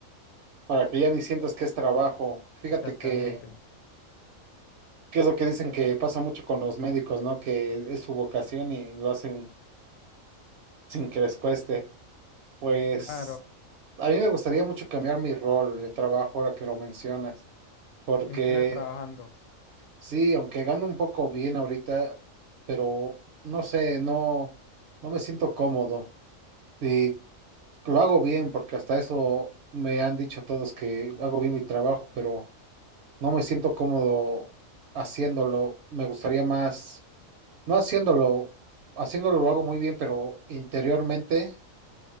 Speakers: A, on the right; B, on the left.
A: para que ya ni sientas que es trabajo. Fíjate
B: Exactamente.
A: que, que es lo que dicen que pasa mucho con los médicos, ¿no? Que es su vocación y lo hacen sin que les cueste. Pues
B: Claro,
A: a mí me gustaría mucho cambiar mi rol de trabajo ahora que lo mencionas, porque
B: ¿en qué andas trabajando?
A: sí, aunque gano un poco bien ahorita, pero no sé, no, no me siento cómodo y lo hago bien porque hasta eso me han dicho todos que hago bien mi trabajo, pero no me siento cómodo haciéndolo. Me gustaría más, no haciéndolo, haciéndolo lo hago muy bien, pero interiormente.